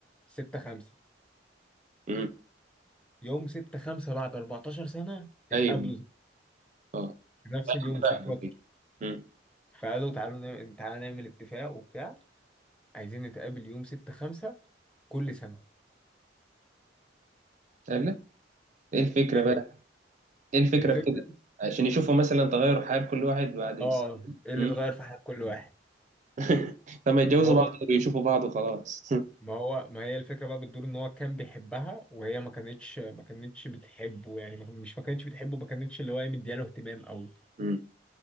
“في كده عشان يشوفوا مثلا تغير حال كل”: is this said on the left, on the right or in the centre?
Right